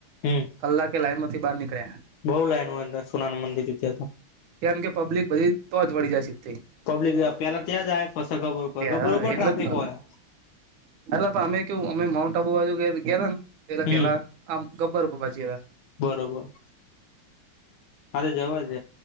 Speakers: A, on the left; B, on the right.
A: હમ
B: કલાકે લાઈન માંથી બહાર નીકળ્યા.
A: બહુ લાઈન હોય અંદર સોનાનુ મંદિરમાં.
B: કેમ કે પબ્લિક બધી તો જ વળી જાય સીધી.
A: પબ્લિક પેલા ત્યાં જાય પસ ગબ્બર હોય ગબ્બર
B: હા
A: ઉપર
B: એટલે
A: ટ્રાફિક
B: જ ને,
A: હોય.
B: એટલે અમે કયું અમે માઉન્ટ આબુ બાજુ ગેયા ને એટલે,
A: હમ
B: પેલા આમ ગબ્બર પર પછી ગે તા.
A: બરોબર. અરે જવા જ